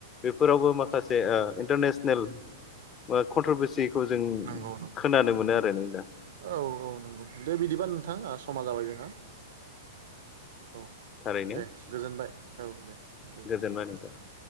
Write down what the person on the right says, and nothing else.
औ
नंगौ नंगौ
औ औ नंगौ दे बिदिबा नोंथां ओ समा जाबाय जोंहा औ
दे गोजोनबाय औ दे <unintelligible>